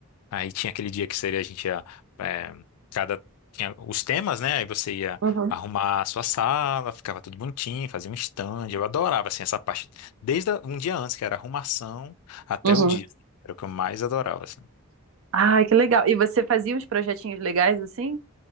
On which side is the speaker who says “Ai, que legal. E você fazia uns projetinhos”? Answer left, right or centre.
Right